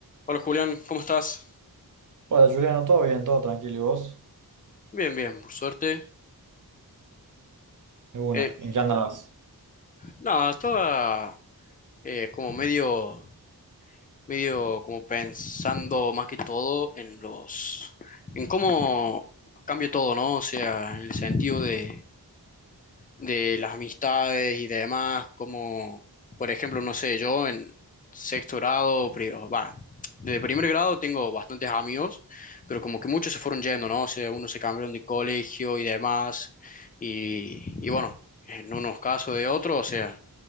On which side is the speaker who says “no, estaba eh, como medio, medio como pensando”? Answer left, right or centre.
Left